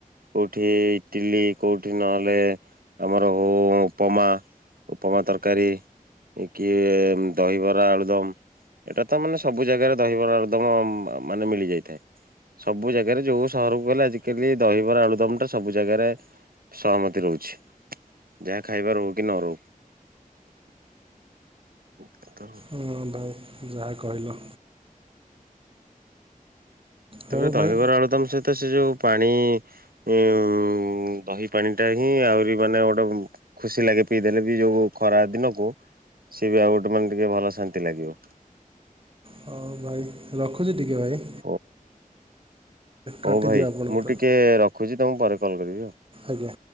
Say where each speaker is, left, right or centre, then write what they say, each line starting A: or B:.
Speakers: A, on the right; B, on the right.
A: କୋଉଠି ଇଟିଲି କୋଉଠି ନ ହେଲେ ଆମର ହଉ ଉପମା ଉପମା ତରକାରୀ କି ଦହିବରା ଆଳୁଦମ୍। ଏଇଟା ତ ମାନେ ସବୁ ଜାଗାରେ ଦହିବାର ଆଳୁଦମ୍ ମାନେ ମିଳିଯାଇଥାଏ। ସବୁ ଜାଗାରେ ଯୋଉ ସହରକୁ ଗଲେ ଆଜିକାଲି ଦହିବରା ଆଳୁଦମଟା ସବୁ ଜାଗାରେ ସହମତି ରହୁଛି। ଯାହା ଖାଇବା ରହୁ କି ନ ରହୁ। <inaudible>
B: ହଁ ଭାଇ ଯାହା କହିଲ। ହଉ
A: ତେବେ ଦହିବରା
B: ଭାଇ
A: ଆଳୁଦମ୍ ସହିତ ସେ ଯୋଉ ପାଣି। ଉଁ ଦହି ପାଣିଟା ହିଁ ଆହୁରି ମାନେ ଗୋଟେ ଖୁସି ଲାଗେ ପିଇଦେଲେ ବି ଯୋଉ ଖରା ଦିନକୁ ସିଏ ବି ଆଉ ଗୋଟେ ମାନେ ଟିକେ ଭଲ ଶାନ୍ତି ଲାଗିବ।
B: ହଉ ଭାଇ ରଖୁଛି ଟିକେ ଭାଇ।
A: <unintelligible> ହଉ
B: କାଟିଦିଅ
A: ଭାଇ
B: ଆପଣଙ୍କ
A: ମୁଁ ଟିକେ ରଖୁଛି ତମକୁ ପରେ କଲ୍ କରିବି।
B: ଆଜ୍ଞା।